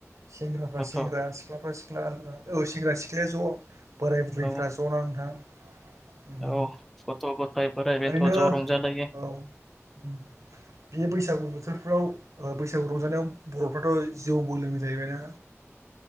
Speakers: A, on the right; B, in the centre.
A: सेंग्राफ्रा
B: गथ'
A: सेंग्रा
B: औ
A: सिख्लाफ्रा सिख्ला औ सेंग्रा सिख्लाया ज' बोराय बुरैफ्रा
B: औ
A: ज' ना नोंथां? उम
B: औ गथ' गथाय बोराय बेन्थ'
A: ओरैनो औ
B: ज' रंजालायो।
A: उम बे बैसागु बोथोरफ्राव बैसागु रंजानायाव बर'फ्राथ' जौबोलोंङो जाहैबाय ना?